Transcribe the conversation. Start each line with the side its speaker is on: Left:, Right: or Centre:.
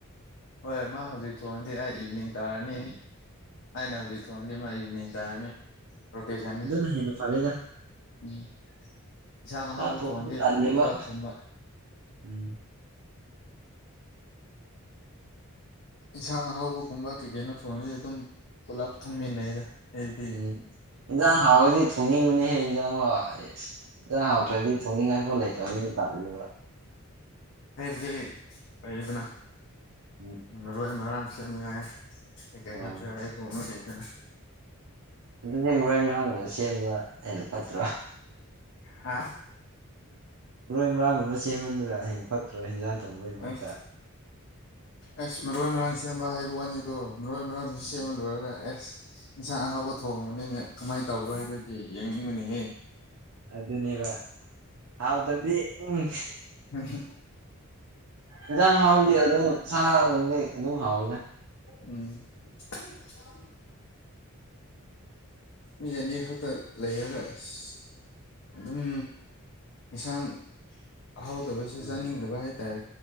Left: ꯍꯣꯏ ꯃꯥ ꯍꯧꯖꯤꯛ ꯊꯣꯡꯗꯤ ꯑꯩ ꯏꯚꯤꯅꯤꯡ ꯇꯥꯔꯅꯤ
Right: ꯎꯝ
Left: ꯑꯩꯅ ꯍꯧꯖꯤꯛ ꯐꯣꯟꯗꯤ ꯃꯥ ꯏꯚꯅꯤꯡ ꯇꯥꯔꯅꯤ ꯔꯣꯀꯩꯁꯅꯤ
Right: ꯑꯗꯨꯅ ꯍꯦꯟꯅ ꯐꯔꯦꯗ
Left: ꯎꯝ ꯌꯦꯟꯁꯥꯡ ꯑꯍꯥꯎꯕ
Right: ꯆꯥꯛ ꯊꯣꯡꯕꯗꯤ
Left: ꯊꯣꯡꯍꯟꯗꯦ
Right: ꯇꯜꯂꯦꯕ
Left: ꯄꯨꯂꯞ ꯊꯨꯝꯕ
Right: ꯎꯝ
Left: ꯌꯦꯟꯁꯥꯡ ꯑꯍꯥꯎꯕꯒꯨꯝꯕ ꯀꯩ ꯀꯩꯅꯣ ꯊꯣꯡꯉꯅꯗꯤ ꯑꯗꯨꯝ ꯄꯨꯂꯞ ꯊꯨꯡꯃꯤꯟꯅꯩꯗ ꯑꯩꯗꯤ
Right: ꯎꯝ ꯏꯟꯖꯥꯡ ꯍꯥꯎꯔꯗꯤ ꯊꯣꯡꯅꯤꯡꯕꯅꯤꯍꯦ ꯏꯟꯖꯥꯡ ꯍꯥꯎ ꯑꯩꯁ ꯏꯥ ꯍꯥꯎꯇ꯭ꯔꯗꯤ ꯊꯣꯡꯅꯤꯡꯉꯥꯏꯐꯥꯎ ꯂꯩꯇꯕꯅꯤꯅ ꯇꯠꯂꯦꯕ
Left: ꯎ ꯑꯩꯕꯗꯤ ꯐꯩꯗꯅ
Right: ꯎꯝ
Left: ꯃꯔꯣꯏ ꯃꯔꯥꯡ ꯁꯦꯝꯅꯉꯥꯏ ꯀꯩ ꯀꯩ
Right: ꯑꯣ
Left: ꯍꯥꯁꯨ ꯌꯥꯒꯣꯕ ꯂꯩꯗꯅ
Right: ꯑꯗꯨꯗꯤ ꯃꯣꯔꯣꯏ ꯃꯔꯔꯥꯡꯕꯗ ꯁꯦꯝꯕ ꯍꯩꯅ ꯐꯠꯇ꯭ꯔꯣ
Left: ꯍꯥ
Right: ꯄꯨꯏ ꯃꯔꯥꯡꯒꯨꯝꯕ ꯁꯦꯝꯕꯅꯤꯅ ꯍꯦꯟꯅ ꯐꯠꯇ꯭ꯔꯣ ꯍꯦꯟꯖꯥꯡ ꯊꯣꯡꯕꯒꯤ ꯃꯍꯨꯠꯇ
Left: ꯑꯁ ꯑꯁ ꯃꯔꯣꯏ ꯃꯔꯥꯡ ꯁꯦꯝꯕ ꯍꯥꯏꯕ ꯋꯥꯅꯤꯀꯣ ꯃꯔꯣꯏ ꯃꯔꯥꯡꯗꯨꯁꯨ
Right: ꯎꯝ
Left: ꯁꯦꯝꯕ ꯂꯣꯏꯔꯒ ꯑꯁ ꯏꯟꯁꯥꯡ ꯑꯍꯥꯎꯕ ꯊꯣꯡꯕꯅꯤꯅ ꯀꯃꯥꯏꯅ ꯇꯧꯕ꯭ꯔꯣ ꯍꯥꯏꯗꯨꯗꯤ ꯌꯦꯡꯅꯤꯡꯕꯅꯤꯍꯦ
Right: ꯑꯗꯨꯗꯅꯦꯕ ꯍꯥꯎꯗꯗꯤ ꯎꯝ
Left: ꯍ <inaudible>
Right: ꯌꯦꯟꯁꯥꯡ ꯍꯥꯎꯗꯤ ꯑꯗꯨꯝ ꯁꯥꯒꯨꯝꯗꯤ ꯑꯗꯨꯝ ꯍꯥꯎꯋꯤꯗ
Left: ꯎꯝ ꯑ ꯃꯤ ꯑꯅꯤ ꯈꯛꯇ ꯂꯩꯔꯁ ꯑꯗꯨꯝ ꯌꯦꯟꯁꯥꯡ ꯍꯥꯎꯗꯕꯁꯨ
Right: ꯎꯝ
Left: ꯆꯥꯅꯤꯡꯗꯕ ꯍꯥꯏꯇꯥꯔꯦ